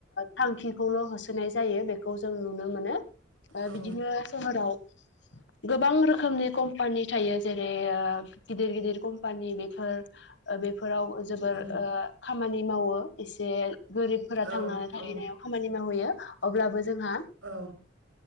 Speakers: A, on the left; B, on the right.
A: थांखिखौल' होसोनाय जायो बे खौ जों नुनो मोनो
B: औ
A: बिदिनो सोहोराव गोबां रोखोमनि कम्पानि थायो जेरै गिदिर गिदिर कम्पानि बेफोर बेफोराव जोबोर
B: उम
A: खामानि मावो एसे गोरिबफोरा
B: औ
A: थांनानै
B: औ
A: खामानि मावहैयो अब्लाबो जोंहा
B: औ